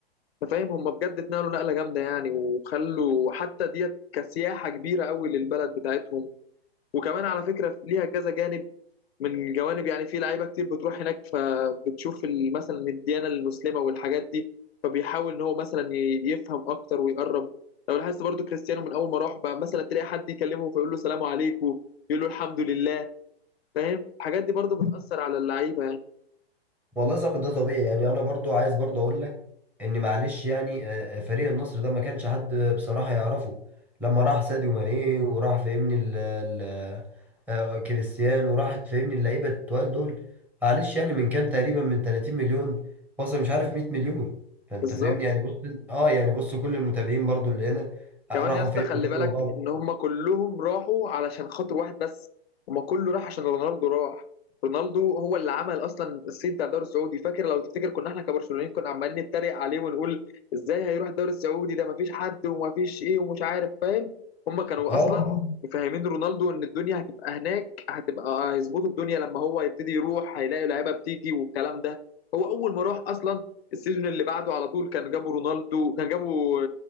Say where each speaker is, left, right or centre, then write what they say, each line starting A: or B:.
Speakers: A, on the left; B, in the centre.
A: انت فاهم هم بجد اتنقلوا نقله جامده يعني وخلوا حتى ديت كسياحه كبيره قوي للبلد بتاعتهم وكمان على فكره ليها كذا جانب من جوانب يعني في لعيبه كتير بتروح هناك فبتشوف ال- مثلا الديانه المسلمه والحاجات دي فبيحاول ان هو مثلا ي- يفهم اكتر ويقرب لو لاحظت برضو كريستيانو من اول ما راح بقى مثلا تلاقي حد يكلمه فيقول له سلام عليكم يقول له الحمد لله فاهم الحاجات دي برضو بتاثر على اللعيبه يعني
B: والله صعب ده طبيعي يعني انا برضو عايز برضو اقول لك ان معلش يعني آه، آه، فريق النصر ده ما كانش حد بصراحة يعرفه لما راح ساديو ماني وراح فاهمني ال ال آه، كريستيانو وراحت فاهمني اللعيبة التقال دول معلش يعني من كان تقريبا من 30 مليون وصل مش عارف 100 مليون فانت
A: بالظبط
B: فاهمني يعني بص اه يعني بص كل المتابعين برضو اللي هنا
A: كمان
B: آه، راحوا
A: يا اسطى
B: فاهمني
A: خلي
B: تابعوا
A: بالك
B: بعض
A: ان هم كلهم راحوا علشان خاطر واحد بس هم كله راح عشان رونالدو راح رونالدو هو اللي عمل اصلا الصيت بتاع الدوري السعودي فاكر لو تفتكر كنا احنا كبرشلونيين كنا عمالين نتريق عليه ونقول ازاي هيروح الدوري السعودي ده مفيش حد ومفيش ايه ومش عارف فاهم هم كانوا
B: اه
A: اصلا مفهمين رونالدو ان الدنيا هتبقى هناك هتبقى هيظبطوا الدنيا لما هو يبتدي يروح هيلاقي لعيبه بتيجي والكلام ده هو اول ما راح اصلا السيزون اللي بعده على طول كان جابوا رونالدو كان جابوا